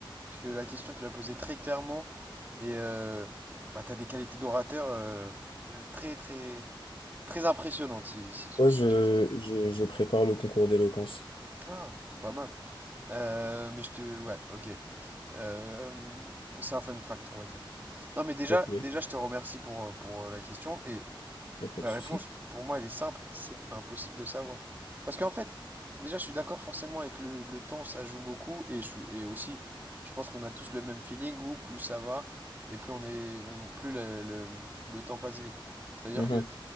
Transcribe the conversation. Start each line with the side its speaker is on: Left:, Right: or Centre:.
Right: Parce que la question, tu l'as posée très clairement. Et euh, bah, tu as des qualités d'orateur euh, euh, très, très, très impressionnantes. Si, si-
Left: Ouais,
Right: si-
Left: je, je, je prépare le concours d'éloquence.
Right: Ah, pas mal. Euh, mais je te. Ouais, ok. Euh, c'est un fun fact, on va dire. Non, mais déjà,
Left: Ok, y
Right: déjà, je te remercie pour, euh, pour euh, la question. et.
Left: a pas
Right: La
Left: de souci.
Right: réponse, pour moi, elle est simple, c'est impossible de savoir. Parce qu'en fait, déjà, je suis d'accord forcément avec le, le temps, ça joue beaucoup, et, je suis, et aussi, je pense qu'on a tous le même feeling où plus ça va, et plus on est, on, plus le, le- le temps passe vite. C'est-à-dire
Left: Mhm.
Right: que